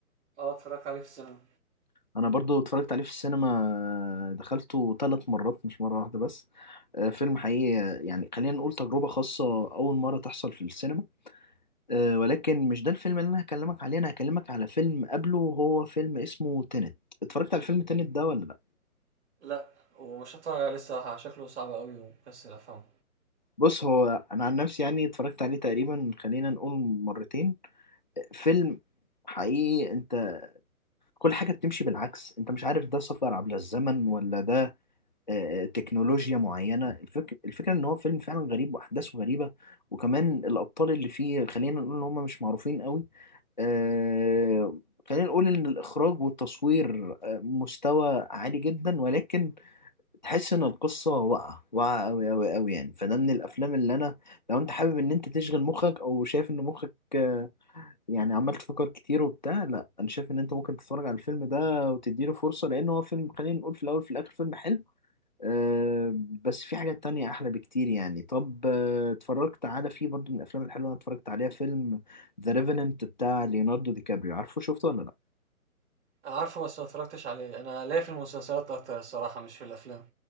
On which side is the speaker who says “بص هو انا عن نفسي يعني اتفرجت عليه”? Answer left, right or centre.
Left